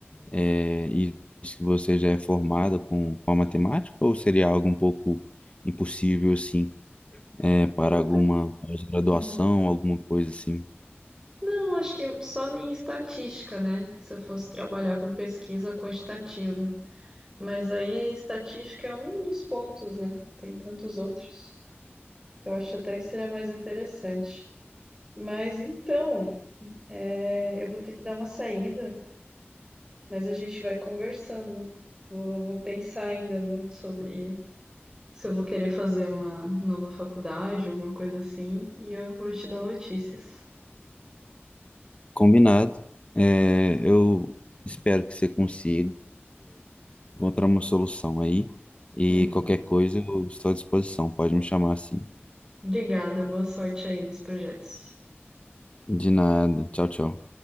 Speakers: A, on the left; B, on the right.
A: é, isso que você já é formado com, com a matemática ou seria algo um pouco impossível assim? é, para
B: Ah,
A: alguma
B: tá-
A: pós-graduação,
B: uhum.
A: alguma coisa assim.
B: Não, acho que só em estatística, né? Se eu fosse trabalhar com pesquisa quantitativa. Mas aí estatística é um dos pontos, né? Tem tantos outros que eu acho até que seria mais interessante. Mas então, é, eu vou ter que dar uma saída, mas a gente vai conversando. Vou, vou pensar ainda muito sobre se eu vou querer fazer uma nova faculdade, alguma coisa assim, e eu vou te dar notícias.
A: Combinado. É, eu espero que você consiga encontrar uma solução aí. E
B: Uhum.
A: qualquer coisa, eu estou à disposição. Pode me chamar assim.
B: Obrigada, boa sorte aí nos projetos.
A: De nada. Tchau, tchau.